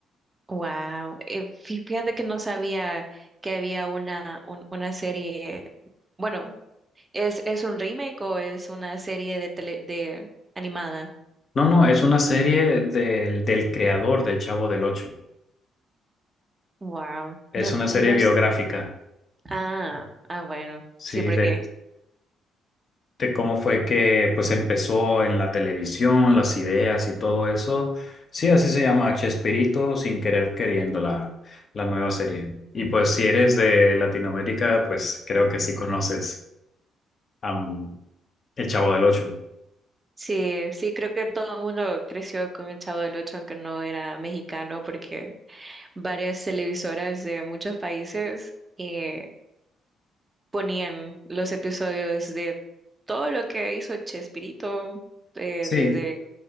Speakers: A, on the right (about 30°); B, on the left (about 45°).
A: wow. fíjate que no sabía que había una, un- una serie, bueno, ¿es, es un remake o es una serie de tele, de animada?
B: No, no, es una serie del, del creador del Chavo del Ocho.
A: Wow,
B: Es
A: no,
B: una
A: no,
B: serie biográfica.
A: s- ah, ah, bueno,
B: Sí,
A: sí, porque...
B: de de cómo fue que pues empezó en la televisión, las ideas y todo eso. Sí, así se llama Chespirito, sin querer queriendo la, la nueva serie. Y pues si eres de Latinoamérica, pues creo que sí conoces a mm, El Chavo del Ocho.
A: Sí, sí, creo que todo el mundo creció con el Chavo del Ocho, aunque no era mexicano, porque varias televisoras de muchos países eh, ponían los episodios de todo lo que hizo Chespirito, eh,
B: Sí,
A: desde